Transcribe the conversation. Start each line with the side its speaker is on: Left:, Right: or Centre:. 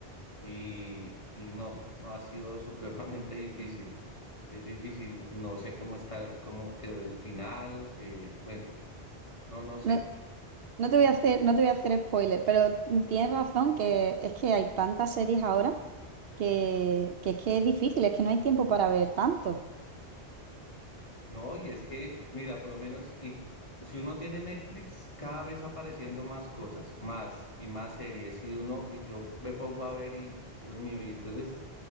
Left: y, y no, no ha sido supremamente <laughs> difícil. Es difícil, no sé cómo está, cómo quedó el final, eh, bueno, no, no sé.
Right: No, no te voy a hacer, no te voy a hacer spoiler, pero tienes razón que es que hay tantas series ahora que, que es que es difícil, es que no hay tiempo para ver tanto.
Left: No, y es que, mira, por lo menos, y si uno tiene Netflix, cada vez apareciendo más cosas, más y más series, y uno, y yo me pongo a ver y, Dios mío, y entonces,